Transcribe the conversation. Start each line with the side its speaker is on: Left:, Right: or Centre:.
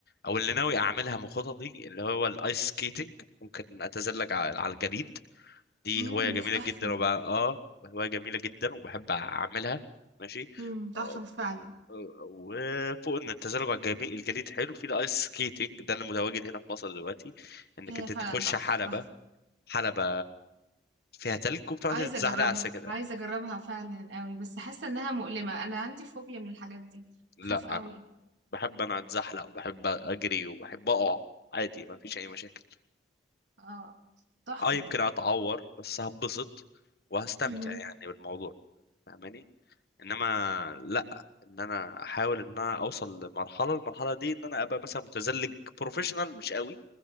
Left: او اللي ناوي اعملها من خططي اللي هو الايس سكيتنج ممكن اتزلج على على الجليد دي
Right: امم
Left: هواية جميلة
Right: دي تحفة
Left: جدا وبقى اه هواية جميلة جدا وبحب أعملها ماشي
Right: امم تحفة
Left: آه،
Right: فعلا
Left: آه، وفوق ان التزلج على الجمي- الجليد حلو في الايس سكيتنج ده اللي متواجد هنا في مصر دلوقتي انك
Right: هي
Left: انت
Right: فعلا
Left: تخش
Right: تحفة
Left: حلبة
Right: تحفة
Left: حلبة فيها تلج وبتقعد
Right: عايزة
Left: تتزحلق
Right: أجربها
Left: على السكة
Right: عايزة أجربها فعلا قوي بس حاسة إنها مؤلمة أنا عندي فوبيا من الحاجات دي
Left: لا
Right: بخاف قوي
Left: انا بحب انا اتزحلق وبحب اجري وبحب اقع عادي ما فيش اي مشاكل
Right: اه تحفة
Left: اه يمكن
Right: ده
Left: اتعور بس هبسط وهستمتع
Right: مهم.
Left: يعني بالموضوع فاهماني انما لا ان انا احاول ان انا اوصل لمرحله المرحله دي ان انا ابقى مثلا متزلج بروفيشنال مش قوي